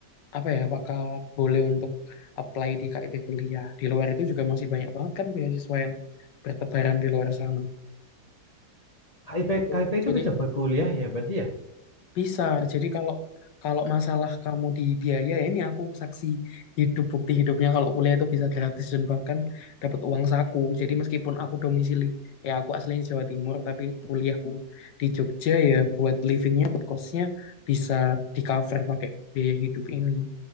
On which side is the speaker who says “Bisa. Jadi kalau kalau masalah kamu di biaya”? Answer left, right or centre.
Left